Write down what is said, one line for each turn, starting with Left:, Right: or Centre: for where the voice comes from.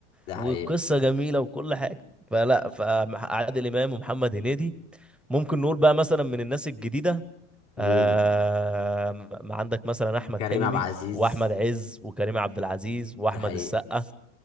Left: ده
Centre: والقصه
Left: حقيقي
Centre: جميله وكل حاجه فلا فعادل امام ومحمد هنيدي ممكن نقول بقى مثلا من الناس الجديده
Left: مين
Centre: آه ما عندك مثلا احمد
Left: كريم
Centre: حلمي
Left: عبد العزيز
Centre: واحمد عز وكريم عبد العزيز واحمد
Left: ده حقيقي
Centre: السقا